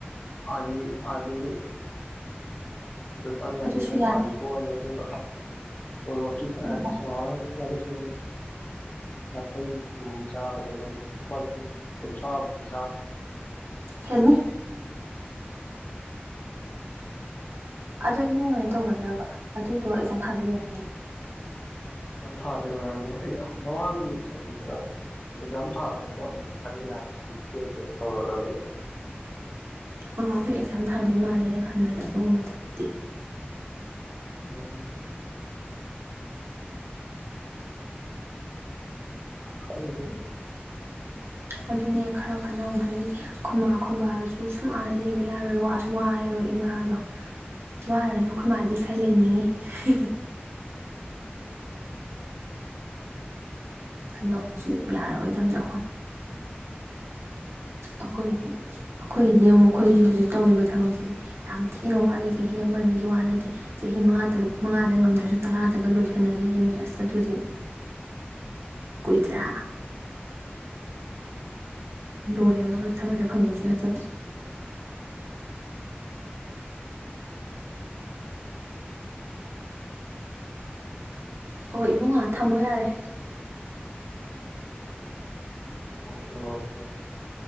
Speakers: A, on the left (about 40°); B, on the right (about 90°).
A: ꯑꯥꯔꯃꯤ ꯑꯥꯔꯃꯤꯗ ꯑꯝꯇ ꯆꯪꯉꯗꯤ
B: ꯑꯗꯨꯁꯨ
A: ꯄꯩꯁꯥꯗꯤ
B: ꯌꯥꯏ
A: ꯊꯣꯛꯑꯅꯤ ꯑꯗꯨꯒ ꯇꯣꯂꯣꯞꯇꯤ ꯐꯅꯥꯝ
B: ꯎꯝ
A: ꯆꯥꯎꯔꯅꯤ ꯂꯨꯄꯥ ꯂꯤꯁꯤꯡ ꯌꯥꯡꯈꯩ ꯍꯨꯝꯐꯨ ꯆꯥꯒꯗ꯭ꯔꯥ ꯈꯪꯗꯦ ꯂꯨꯄꯥ ꯂꯤꯁꯤꯡ ꯀꯨꯟꯊ꯭ꯔꯥꯃꯨꯛꯇꯤ ꯆꯥꯅꯤ
B: ꯍꯦꯟꯅꯤ ꯑꯗꯣ ꯏꯃꯨꯡ ꯍꯣꯏꯅ ꯇꯧꯒꯗ꯭ꯔꯕ ꯑꯗꯨꯗꯣ ꯑꯦꯛꯖꯥꯝ ꯊꯥꯗꯣꯏ ꯑꯣꯏꯔꯝꯅꯤ
A: ꯑꯦꯛꯖꯥꯝ ꯊꯥꯗꯣꯏ ꯑꯣꯏꯔꯝꯅꯤ ꯃꯃꯥꯡꯒꯤ ꯆꯍꯤꯗꯔ ꯑꯦꯛꯖꯥꯝ ꯊꯥꯗꯕꯤꯗ ꯑꯃꯨꯛꯇꯤ ꯈꯟꯗꯦ ꯍꯥꯏꯕꯅꯦ ꯐꯤꯖꯤꯀꯦꯜ ꯇꯦꯁ ꯇꯧꯔꯒꯅ <inaudible>
B: ꯑꯥ ꯑꯗꯨ ꯑꯦꯛꯖꯥꯝ ꯊꯥꯗꯣꯏ ꯃꯥꯜꯂꯦ ꯑꯩꯅ ꯈꯟꯕꯗ ꯑꯗꯨꯒꯨꯝꯕ ꯊꯕꯛꯇꯤ
A: ꯎꯝ ꯈꯪꯗꯦꯗ
B: ꯑꯗꯨꯅꯦ ꯈꯔ ꯈꯟꯅꯍꯧꯗ꯭ꯔꯗꯒꯤ ꯑꯩꯈꯣꯏꯃꯥ ꯈꯣꯏꯕꯥꯁꯨ ꯁꯨꯡ ꯑꯥꯅ ꯂꯩꯕ ꯌꯥꯔꯣꯏ ꯋꯥꯁꯨ ꯋꯥꯔꯦꯕ ꯏꯃꯥꯗꯣ ꯋꯥꯔꯁꯨ ꯑꯩꯈꯣꯏ ꯃꯥꯥꯒꯤꯗꯤ ꯈꯔ ꯂꯩꯅꯤꯡꯉꯤ ꯍꯤ ꯍꯤ ꯑꯗꯣ ꯑꯩꯁꯨ ꯌꯥꯔꯛꯑꯣꯏꯗꯕꯅꯤꯅ ꯑꯩꯈꯣꯏ ꯑꯩꯈꯣꯏꯗꯤ ꯑꯩꯈꯣꯏꯒꯤꯗꯤ ꯑꯃꯨꯛ ꯑꯩꯈꯣꯏ ꯍꯧꯖꯤꯛ ꯇꯧꯔꯤꯕ ꯊꯕꯛꯁꯤꯗꯤ ꯌꯥꯝ ꯊꯤꯅ ꯋꯥꯠꯂꯤ ꯆꯍꯤ ꯑꯃ ꯑꯅꯤꯒꯤ ꯋꯥ ꯅꯠꯇꯦ ꯆꯍꯤ ꯃꯉꯥ ꯇꯔꯨꯛ ꯃꯉꯥꯗ ꯉꯝꯗ꯭ꯔꯁꯨ ꯇꯔꯥꯗꯒ ꯂꯣꯏꯁꯟꯅꯔꯤꯅꯤ ꯃꯤ ꯑꯁ ꯑꯗꯨꯗꯤ ꯀꯨꯏꯗ꯭ꯔꯥ ꯂꯣꯏꯔꯒꯕꯨꯣꯏ ꯊꯕꯛ ꯍꯦꯛꯇ ꯐꯪꯗꯣꯏꯁꯨ ꯅꯠꯇꯕ ꯍꯣꯏ ꯏꯕꯨꯉꯣ ꯊꯝꯃꯣ ꯌꯥꯔꯦ
A: ꯑꯣꯀꯦ ꯑꯣꯀꯦ